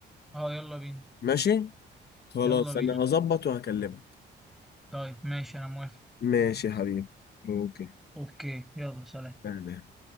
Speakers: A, in the centre; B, on the left.
A: اه يلا بينا
B: ماشي خلاص
A: يلا بينا
B: انا هظبط وهكلمك
A: طيب ماشي انا موافق
B: ماشي يا حبيبي اوكي
A: اوكي يلا سلام
B: تمام